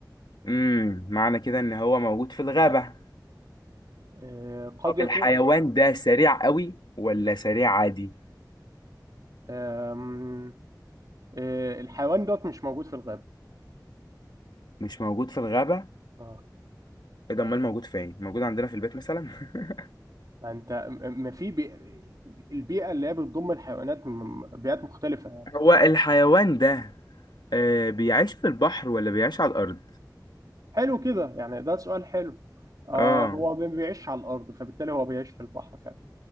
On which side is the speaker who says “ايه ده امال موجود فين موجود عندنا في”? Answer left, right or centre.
Left